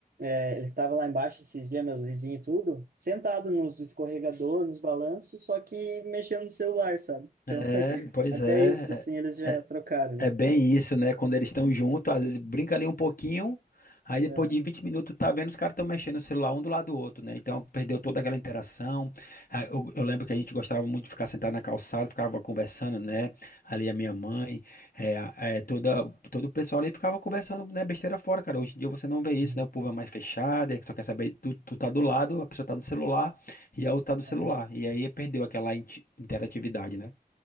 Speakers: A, on the right; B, on the left.
A: Ele estava lá embaixo esses dias, meus vizinhos e tudo, sentado nos escorregador, nos balanços, só que mexendo no celular, sabe? Então,
B: É,
A: <laughs>
B: pois
A: até
B: é,
A: isso, assim, eles já
B: é, é,
A: trocaram,
B: É
A: já.
B: bem isso, né? Quando eles estão juntos, às vezes brinca ali um pouquinho, aí depois
A: É.
B: de 20 minutos tá vendo os caras estão mexendo no celular um do lado do outro, né? Então perdeu toda aquela interação. Ah, Eu, eu lembro que a gente gostava muito de ficar sentado na calçada, ficava conversando, né? Ali a minha mãe, é, a- é, toda, todo o pessoal ali ficava conversando, né? Besteira fora, cara. Hoje em dia você não vê isso,
A: Uhum.
B: né? O povo é mais fechado, é que só quer saber, tu, tu tá do lado, a pessoa tá no celular e a outra tá do celular.
A: É
B: E aí perdeu aquela inti- interatividade, né?